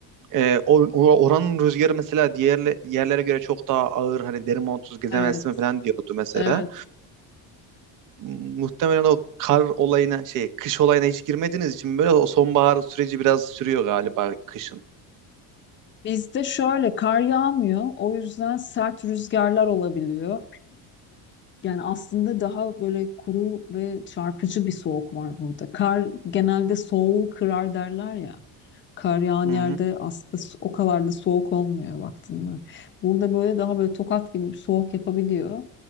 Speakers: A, on the right; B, on the left.
A: Ee, o- o- oranın rüzgarı mesela diğer yerlere göre çok daha ağır hani deri montsuz gezemezsin
B: Evet,
A: falan diyordu mesela.
B: evet.
A: Muhtemelen o kar olayına şey kış olayına hiç girmediğiniz için böyle o sonbahar süreci biraz sürüyor galiba kışın.
B: Bizde şöyle kar yağmıyor. O yüzden sert rüzgarlar olabiliyor. Yani aslında daha böyle kuru ve çarpıcı bir soğuk var burada. Kar genelde soğuğu kırar derler ya. kar yağan
A: Hı
B: yerde
A: hı.
B: aslında su- o kadar da soğuk olmuyor vaktinde. Burada böyle daha böyle tokat gibi bir soğuk yapabiliyor.